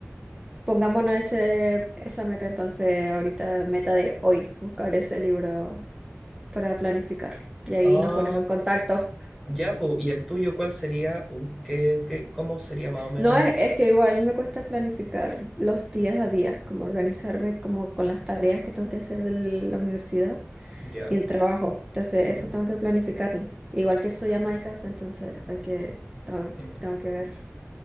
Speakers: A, on the right; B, in the centre.
A: Pongámonos ese, esa meta entonces ahorita, meta de hoy, buscar ese libro para planificar. Y ahí
B: Ah,
A: nos ponemos en contacto.
B: ya, po. ¿Y el tuyo cuál sería? Un- ¿Qué, qué- cómo sería más o menos?
A: No, es, es que igual me cuesta planificar los días a días, como organizarme como con las tareas que tengo que hacer de la universidad
B: Ya.
A: y el trabajo. Entonces,
B: Ujú,
A: eso tengo que planificarlo. Igual que soy ama de casa, entonces hay que, tengo,
B: <laughs> ujú.
A: tengo que ver,